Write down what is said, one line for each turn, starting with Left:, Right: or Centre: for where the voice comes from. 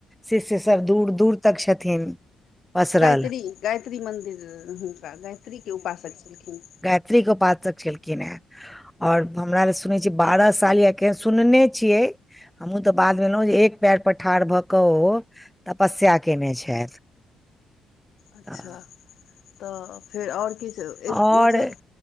Centre: शिष्य सब दूर दूर तक छथिन पसरल
Left: गायत्री गायत्री मन्दिर हिनका गायत्री के उपासक छलखिन
Centre: त्री के उपासक छेलखिन हें ओर हमरा लेल सुनै छियै बारह साल यखन सुनने छियै हमहूँ तऽ बाद ऐलहुँ जे एक पैर पर ठाढ़ भऽ कऽ ओ तपस्या कयने छथि
Left: अच्छा
Centre: तऽ
Left: त फेर ओर किछु एक
Centre: आओर
Left: मतलब